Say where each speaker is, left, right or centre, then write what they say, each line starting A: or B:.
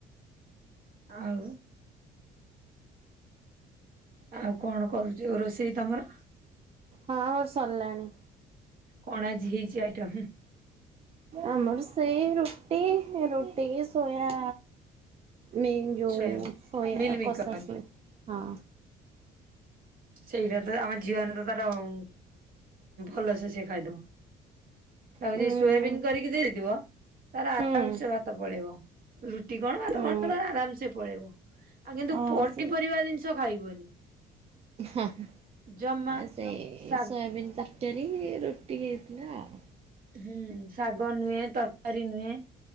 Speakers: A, on the right (about 55°); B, on the right (about 35°).
A: ଆଉ। ଆଉ କଣ କରୁଛୁ ରୋଷେଇ ତମର।
B: ହଁ ମୋର ସରିଲାଣି।
A: କଣ ଆଜି ହେଇଛି ଆଇଟମ୍।
B: ଆମର ସେଇ ରୁଟି ରୁଟି କି ସୋୟା ମିମ୍ ଯୋଉ
A: ସୋୟାବିନ୍?
B: ସୋୟା
A: ମିଲ୍ ମିକର
B: କସା ସୋୟା ହଁ।
A: ସେଇରା ତ ଆମ ଝିଅ ହେନେ ତ ତାରା ଉଁ ଭଲସେ ସେ ଖାଇଦବ। ତାକୁ
B: ଉଁ
A: ଯି ସୋୟାବିନ୍ କରିକି ଦେଇଥିବ ତାର
B: ହୁଁ
A: ଆରାମ ସେ ଭାତ ପଳେଇବ ରୁଟି କଣ ଭାତ
B: ହୁଁ।
A: କଣ ତାର ଆରାମ ସେ ପଳେଇବ। ଆଉ କିନ୍ତୁ
B: ହଁ
A: ପନିପରିବା
B: ସେ
A: ଜିନିଷ ଖାଇବନି।
B: ହ ଆ
A: ଜମା।
B: ସେଇ
A: ଶାଗ
B: ସୋୟାବିନ୍ ତରକାରୀ ରୁଟି ହେଇଥିଲା ଆଉ।
A: ହୁଁ ଶାଗ ନୁହେଁ ତରକାରୀ ନୁହେଁ